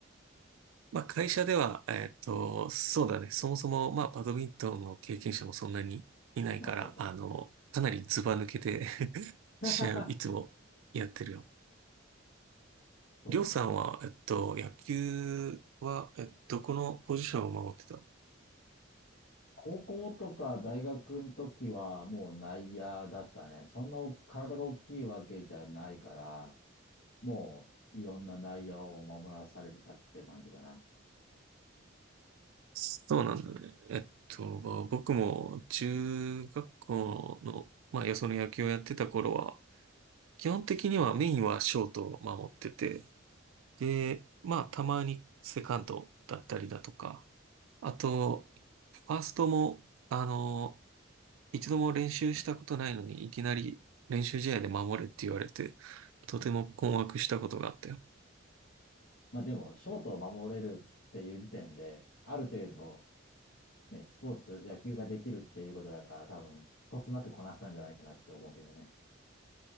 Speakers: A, on the right; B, on the left.
A: まあ会社では、えっと、そうだね。そもそも、まあバドミントンの経験者もそんなにいないから、
B: あ、そっか。
A: あの、かなりズバ抜けて <laughs>
B: <laughs>
A: 試合をいつもやってるよ。
B: そうなんだ。
A: りょうさんは、えっと、野球は、えっと、このポジションを守ってたの
B: 高校とか大学の時はもう内野だったね。そんな体が大きいわけじゃないから、もういろんな内野を守らされてたって感じかな。
A: そうなんだね。えっと、まあ僕も中学校の、まあ、よその野球をやってた頃は、基本的にはメインはショートを守ってて、で、まあ、たまにセカンドだったりだとか、あと、ファーストも、あの、一度も練習したことないのに、いきなり練習試合で守れって言われて、とても困惑したことがあったよ。
B: まあでも、ショートを守れるっていう時点で、ある程度、ね、スポーツ、野球ができるっていうことだから、多分、一つなくこなせたんじゃないかなって思うけどね。